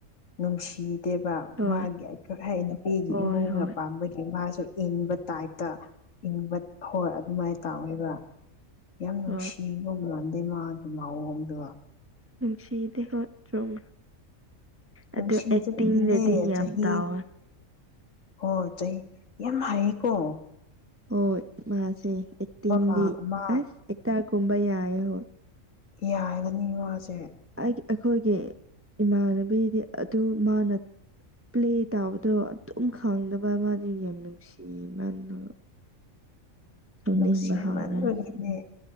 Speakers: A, on the left; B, on the right.
A: ꯅꯨꯡꯁꯤ ꯗꯦꯕ
B: ꯍꯣꯏ
A: ꯃꯥꯒꯤ ꯑꯩꯈꯣꯏ ꯍꯥꯏ ꯅꯨꯄꯤꯒꯤ
B: ꯍꯣꯏ
A: ꯏꯃꯨꯡꯅ
B: ꯍꯣꯏ
A: ꯄꯥꯝꯕꯒꯤ ꯃꯥꯁꯤ ꯏꯟꯕ ꯇꯥꯏꯞꯇ ꯏꯟꯕ ꯍꯣꯏ ꯑꯗꯨꯃꯥꯏꯅ ꯇꯧꯋꯦꯕ ꯌꯥꯝ ꯅꯨꯡꯁꯤꯕ
B: ꯍꯣꯏ
A: ꯃꯥꯟꯗꯦ ꯃꯥꯒꯤ ꯃꯑꯣꯡꯗꯣ
B: ꯅꯨꯡꯁꯤꯗꯦ ꯍꯣꯏ ꯆꯨꯝꯃꯦ
A: ꯅꯨꯡꯁꯤ
B: ꯑꯗꯨ ꯑꯦꯛꯇꯤꯡꯗꯗꯤ
A: ꯆꯕꯤꯒꯤꯅꯦ
B: ꯌꯥꯝ
A: ꯆꯍꯤ
B: ꯇꯥꯎꯋꯦ
A: ꯍꯣ ꯆꯩ ꯌꯥꯝ ꯍꯥꯏꯀꯣ
B: ꯍꯣꯏ ꯃꯥꯁꯦ ꯑꯦꯛꯇꯤꯡꯗꯤ
A: ꯃꯥ ꯃꯥ
B: ꯑꯁ ꯑꯦꯛꯇꯔꯒꯨꯝꯕ ꯌꯥꯏ ꯍꯣꯏ
A: ꯌꯥꯒꯅꯤ ꯃꯥꯁꯦ
B: ꯑꯩ ꯑꯩꯈꯣꯏꯒꯤ ꯏꯃꯥꯟꯅꯕꯤꯗꯤ ꯑꯗꯨ ꯃꯥꯅ ꯄ꯭ꯂꯦ ꯇꯥꯕꯗꯣ ꯑꯗꯨꯝ ꯈꯡꯗꯕ ꯃꯥꯗꯤ ꯌꯥꯝ ꯅꯨꯡꯁꯤꯌꯦ ꯃꯥꯗꯣ
A: <inaudible>
B: ꯁꯥꯎꯅꯤꯡ
A: ꯅꯨꯡꯁꯤꯃꯟꯕꯒꯤꯅꯦ
B: ꯍꯥꯎꯔꯁꯨ